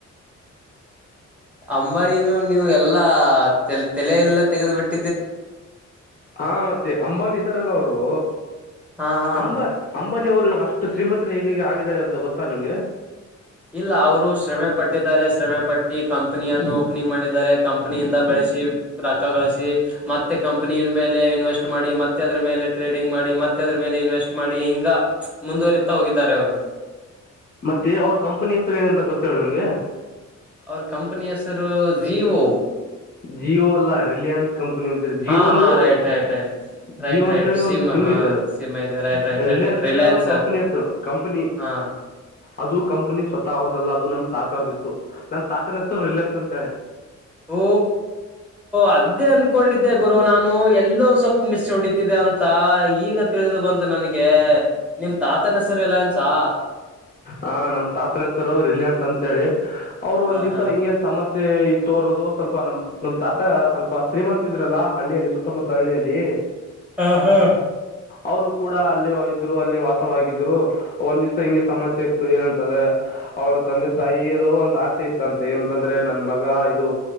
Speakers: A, in the centre; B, on the left (about 30°).
A: ಅಂಬಾನಿನನು ನೀವು ಎಲ್ಲಾ ತಲ ಎಲ್ಲ ತೆಗೆದು ಬಿಿಟ್ಟು
B: ಹಾ ಮತ್ತೆ ಅಂಬಾನಿ ಇದಾರಲ್ಲ ಅವರು
A: ಹಾ ಹಾ
B: ಅಂಬ ಅಂಬಾನಿ ಅವರು ಅಷ್ಟು ಶ್ರೀಮಂತರು ಹೇಗೆ ಆಗಿದ್ದಾರೆ ಅಂತ ಗೊತ್ತಾ ನಿಮ್ಗೆ
A: ಇಲ್ಲ ಅವರು ಶ್ರಮೆ ಪಟ್ಟಿದ್ದಾರೆ ಶ್ರಮೆ ಪಟ್ಟಿ ಕಂ ಕಂನಿಯನ್ನು ಓಪನಿಂಗ್ ಮಾಡಿದ್ದಾರೆ ಕಂಪನಿಯಿಂದ ಬೆಳೆಸಿ ರಕ್ಕ ಗಳಸಿ ಮತ್ತೆ ಕಂಪನಿಯ ಮೇಲೆ ಇನ್ವೆಸ್ಟ್ ಮಾಡಿ ಮತ್ತೆ ಅದ್ರ ಮೇಲೆ ಟ್ರೇಡಿಂಗ್ ಮಾಡಿ ಮತ್ತೆ ಅದ್ರ ಮೇಲೆ ಇನ್ವೆಸ್ಟ್ ಮಾಡಿ ಹಿಂಗ ಮುಂದುವರಿತಾ ಹೋಗಿದ್ದಾರೆ ಅವರು
B: ಮತ್ತೆ ಅವ್ರ ಕಂಪನಿ ಹೆಸರು ಏನ ಅಂತ ಗೊತ್ತೇವ ನಿಮ್ಗೆ
A: ಅವ್ರ ಕಂಪನಿಯ ಸರ್ ಜೀವೋ
B: ಜಿಯೋ ಅಲ್ಲ ರಿಲಯನ್ಸ್ ಕಂಪನಿ ಅಂತೇಳಿ ಜಿಯೋ
A: ಹಾ
B: ಒಂದು
A: ಹಾ ರೇಟ್ ರೇಟ್ ರೈಟ್
B: ಜಿಯೋ ಅಂತೇಳಿ
A: ರೈಟ್ ಸಿಮ್
B: ಒಂದು
A: ಹಾ
B: ಇದೆ ಅದು
A: ಸಿಮ್ ಐದೆ ರೈಟ್ ರೈಟ್ ರೈಟ್
B: ರಿಲಯನ್ಸ್ ಅಂದರೆ
A: ರಿಲಯನ್ಸ್ರ್
B: ಅದು ಕಂಪನಿ ಹೆಸರು ಕಂಪನಿ
A: ಹಾ
B: ಅದು ಕಂಪ್ನಿ ಸ್ವತ ಅವ್ರದಲ್ಲ ಅದು ನಮ್ ತಾತಡ್ದಿತ್ತು ನಮ್ ತಾತನ ಹೆಸರು ರಿಲಯನ್ಸ್ ಅಂತ ಹೇಳೆ
A: ಓ ಅದೇ ಅನ್ಕೊಂಡಿದ್ದೆ ಗುರು ನಾನು ಎಲ್ಲೋ ಒಂದ್ ಸ್ವಲ್ಪ ಮಿಸ್ ಹೊಡಿತಿದೆ ಅಂತ ಈಗ ತಿಳಿದ್ ಬಂತು ನನಗೆ ನಿಮ್ ತಾತನ ಹೆಸರಿ ಲಯನ್ಸಾ
B: ಹ ನಮ್ ತಾತನ ಹೆಸರು ರಿಲಯನ್ಸ್ ಅಂತೆ ಹೇಳಿ ಅವರು
A: ಹಾ
B: ಒಂದ್ ದಿವ್ಸ
A: ಹಾ
B: ಹಿಂಗೆ ಸಮಸ್ಯೆ ಇತ್ತು ಅರೋದು ಸ್ವಲ್ಪ ನಮ್ ನಮ್ ತಾತ ಸ್ವಲ್ಪ ಪ ಶ್ರೀಮಂತತ್ ಇದ್ರಲ್ಲ ಹಳ್ಳಿಯಲ್ಲಿ ಸುತ್ತಮುತ್ತ ಹಳ್ಳಿಯಲ್ಲಿ
A: ಹ ಹಾ
B: ಅವರು ಕೂಡ ಅಲ್ಲಿ ಇದ್ರು ಅಲ್ಲಿ ವಾಸವಾಗಿದ್ರು ಒಂದ್ ದಿವಸ ಹಿಂಗೆ ಸಮಸ್ಯೆ ಇತ್ತು ಏನಂತಂದ್ರೆ ಅವ್ರ ತಂದೆ ತಾಯಿಯದು ಒಂದ್ ಆಸೆ ಇತ್ತಂತೆ ಏನಂತಂದ್ರೆ ನನ್ ಮಗ ಇದು